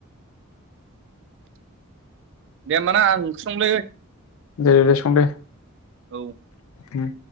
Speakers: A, on the right; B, on the left.
A: दे होमबाना आं ओंख्रि संनिलै।
B: दे दे सं दे
A: औ
B: ओम।